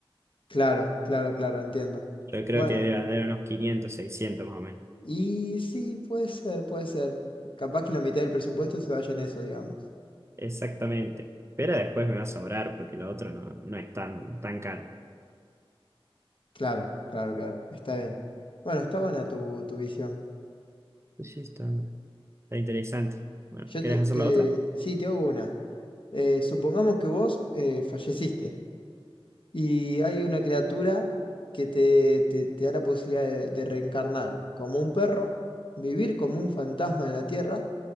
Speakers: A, on the left; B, on the right.
A: Claro, claro, claro, entiendo.
B: Yo creo
A: Bueno,
B: que deben andar unos 500 600 más o menos.
A: y sí, puede ser, puede ser. Capaz que la mitad del presupuesto se vaya en eso, digamos.
B: Exactamente. Pero después me va a sobrar porque lo otro no, no es tan, tan caro.
A: Claro, claro, claro, está bien. Bueno, está buena tu, tu visión.
B: Pues Sí, está, está interesante. Bueno,
A: Yo
B: ¿querés
A: te,
B: hacer
A: te-
B: la otra?
A: sí, te hago una. Eh, supongamos que vos eh, falleciste. Y hay una criatura que te, te- te da la posibilidad de, de reencarnar como un perro, vivir como un fantasma en la tierra,